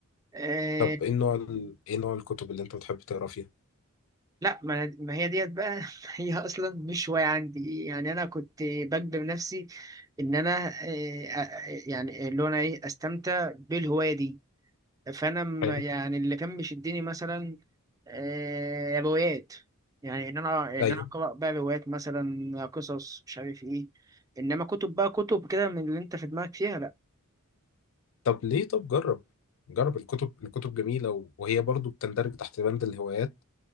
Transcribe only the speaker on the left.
طب ايه نوع ال... ايه نوع الكتب اللي انت بتحب تقرا فيها
حلو
ايوه
طب ليه طب جرب جرب الكتب الكتب جميلة وهي برضو بتندرج تحت بند الهوايات